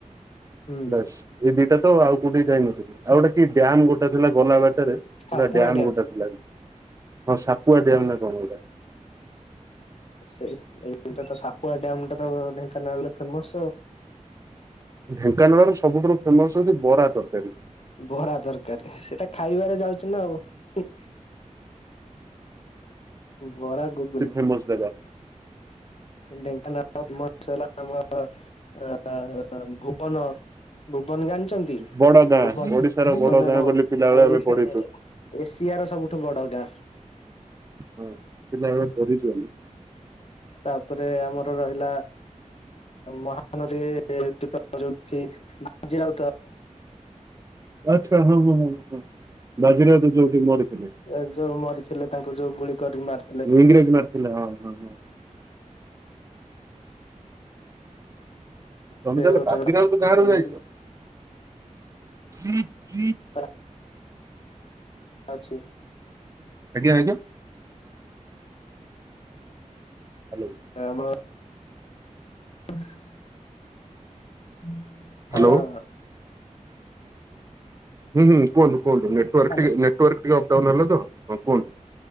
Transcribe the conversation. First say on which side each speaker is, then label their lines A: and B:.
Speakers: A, on the left; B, on the right.
A: ହୁଁ
B: ବାସ୍। ଏଇ ଦିଟା ତ ଆଉ କୋଉଠି ଯାଇନଥିଲୁ। ଆଉ ଗୋଟେ କି ଡ୍ୟାମ୍ ଗୋଟେ ଥିଲା ଗଲା ବାଟରେ।
A: ସାପୁଆ
B: ଗୋଟେ ଡ୍ୟାମ୍
A: ଡ୍ୟାମ
B: ଗୋଟେ ଥିଲା କି। ହଁ ସାପୁଆ ଡ୍ୟାମ୍ ନା କଣ ଗୋଟେ।
A: ସେ ଏଇଟା ତ ସାପୁଆ ଡ୍ୟାମ୍ ଟା ତ ଢେଙ୍କାନାଳରେ ଫେମସ୍।
B: ଢେଙ୍କାନାଳ ର ସବୁଠାରୁ ଫେମସ୍ ହଉଚି ବରା ତରକାରୀ।
A: ବରା ତରକାରୀ ସେଟା ଖାଇବାରେ ଯାଉଛି ନା ଆଉ ହୁଁ। ବରା ଗଗୁନି।
B: ଏ ମୁସ୍ ଦେଖା।
A: ଢେଙ୍କାନାଳ ଫେମସ୍ ହେଲା ଆମର ଅ, ଭୁବନ। ଭୁବନ ଜାଣିଚନ୍ତି?
B: ବଡ ଗାଁ
A: ଭୁବନ
B: ଓଡିଶାର
A: ଭୁବନ
B: ବଡ ଗାଁ
A: ହେଲା
B: ବୋଲି ପିଲାବେଳେ
A: ଓଡିଶା
B: ଆମେ ପଢିଛୁ
A: ଏ ଏସିଆର ସବୁଠୁ ବଡ ଗାଁ।
B: ହଁ ପିଲାବେଳେ ପଢିଛୁ ଆମେ।
A: ତାପରେ ଆମର ରହିଲା ମ <unintelligible> ଉଠିଜିିର <inaudible>
B: ଆଚ୍ଛା ହଁ ହଁ ହଁ ହଁ ବାଜିରାଉତ ଯୋଉଠି ମରିଥିଲେ
A: ଏ ଯୋଉ ମରିଥିଲେ ତାଙ୍କୁ ଯୋଉ ଗୁଳି କରିକି ମାରି <unintelligible>
B: ଇଂରେଜ ମାରିଥିଲେ ହଁ ହଁ ହଁ। ତମେ
A: ସେ
B: ତାହଲେ
A: ଗୋଟେ
B: ବାତିରାାମ ତୁ କା ରୁ
A: ଏମିତି
B: ଯାଇଛ <unintelligible>
A: ହ <inaudible> ଆଛି <inaudible>
B: ଆଜ୍ଞା ଆଜ୍ଞା ହ୍ୟାଲୋ
A: ଆମ <inaudible> ହଁ <unintelligible>
B: ହ୍ୟାଲୋ ହୁଁ ହୁଁ କୁହନ୍ତୁ କୁହନ୍ତୁ ନେଟୱର୍କ
A: ହ୍ୟାଲୋ
B: ଟିଏ ନେଟୱର୍କ ଟିଏ ଅପଡାଉନଲା ତଁ କୁହନ୍ତୁ।